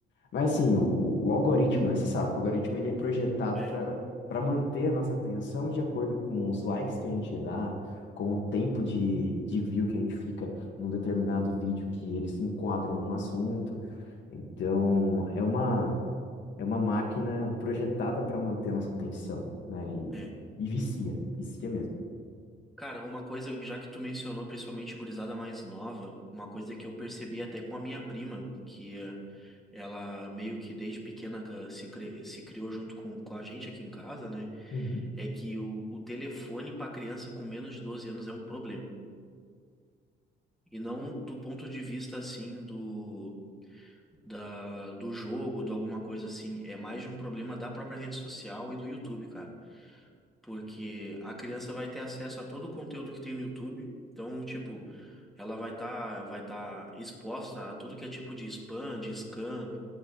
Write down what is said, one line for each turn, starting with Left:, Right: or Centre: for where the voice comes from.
Left: Mas assim, o, o- o algoritmo, né? Você sabe que o algoritmo ele é projetado
Centre: É,
Left: para para manter a nossa atenção de acordo com os likes que a gente dá, com o tempo de, de view que a gente fica num determinado vídeo que eles se enquadram num assunto. Então, é uma, é uma máquina projetada para manter nossa atenção, né? E,
Centre: é.
Left: e vicia, vicia mesmo.
Centre: Cara, uma coisa, já que tu mencionou, principalmente gurizada mais nova, uma coisa que eu percebi até com a minha prima, que eh, ela meio que desde pequena ca- se, cri- se criou junto com, com a gente aqui em casa, né?
Left: Uhum.
Centre: É que o, o telefone para criança com menos de 12 anos é um problema. E não do ponto de vista assim do, da, do jogo, de alguma coisa assim. É mais de um problema da própria rede social e do YouTube, cara. porque a criança vai ter acesso a todo o conteúdo que tem no YouTube. Então, tipo, ela vai estar vai tá exposta a tudo que é tipo de spam, de scam,